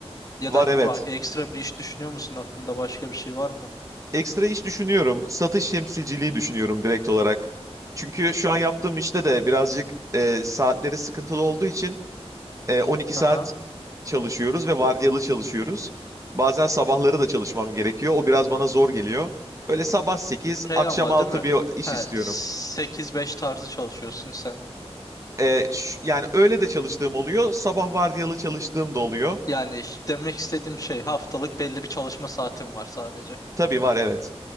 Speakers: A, on the left; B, on the right.
A: Ya
B: Var
A: da ba-
B: evet.
A: ekstra bir iş düşünüyor musun? Aklında başka bir şey var mı?
B: Ekstra iş düşünüyorum. Satış temsilciliği düşünüyorum direkt olarak. Çünkü şu an yaptığım işte de birazcık e, saatleri sıkıntılı olduğu için e, 12 saat
A: Aha.
B: çalışıyoruz ve vardiyalı çalışıyoruz. Bazen sabahları da çalışmam gerekiyor. O biraz bana zor geliyor. Böyle sabah 8
A: Şey
B: akşam
A: ama
B: 6
A: değil mi?
B: bir iş
A: He,
B: istiyorum.
A: 8-5 tarzı çalışıyorsun sen.
B: E, ş- yani öyle de çalıştığım oluyor. Sabah vardiyalı çalıştığım da oluyor.
A: Yani iş- demek istediğim şey haftalık belli bir çalışma saatin var sadece.
B: Tabii var evet.